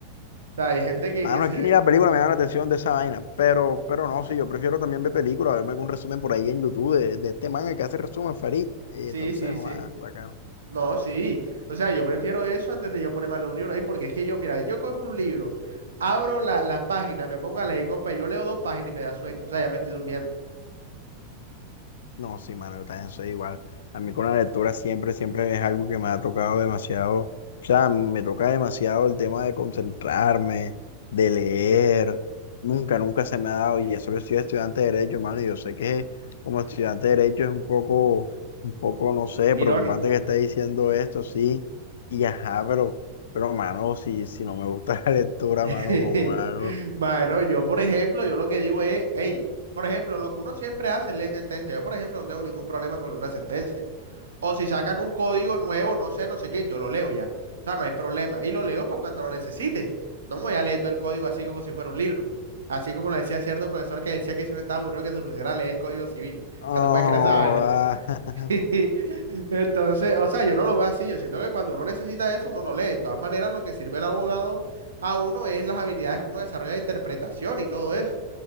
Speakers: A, on the right (about 65°); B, on the left (about 60°).
A: sea, hay gente que,
B: Mano,
A: que se
B: es que
A: ve.
B: ni la película me llama la atención de esa vaina, pero, pero no, sí, yo prefiero también ver películas, verme algún resumen por ahí en YouTube de, de este man el que hace resumen, Farid. Y
A: Sí,
B: entonces,
A: sí, sí.
B: guau, bacano.
A: No, sí. O sea, yo prefiero eso antes de yo ponerme a leer un libro ahí, porque es que yo, mira, yo cojo un libro, abro la- las páginas, me pongo a leer, compa, yo leo dos páginas y me da sueño. O sea, ya me estoy durmiendo.
B: No, sí, mano, yo también soy igual. A mí con la lectura siempre, siempre es algo que me ha tocado demasiado, o sea, me toca demasiado el tema de concentrarme, de leer. Nunca, nunca se me ha dado, y eso que soy estudiante de Derecho, hermano, y yo sé que como estudiante de Derecho es un poco, un poco, no sé,
A: Irónico.
B: preocupante que esté diciendo esto, sí, y ajá, pero, pero, mano, si, si no me gusta <laughs> la lectura,
A: <laughs>
B: mano, como hago?
A: Bueno, yo, por ejemplo, yo lo que digo es, hey, por ejemplo, lo que uno siempre hace es leer sentencia. Yo, por ejemplo, no tengo ningún problema con una sentencia. O si sacan un código nuevo, no sé, no sé qué, yo lo leo ya. O sea, no hay problema. Y lo leo para cuando lo necesite. No me voy a leer todo el código así como si fuera un libro. Así como lo decía cierto profesor que decía que si uno estaba aburrido que se pusiera a leer el código civil.
B: Oh,
A: Ah, tú puedes creer esa vaina. <laughs>
B: <laughs>
A: Entonces, o sea, yo no lo veo así. Yo siento que cuando uno necesita eso, uno lo lee. De todas maneras, lo que sirve el abogado a uno es las habilidades que uno desarrolla de interpretación y todo eso.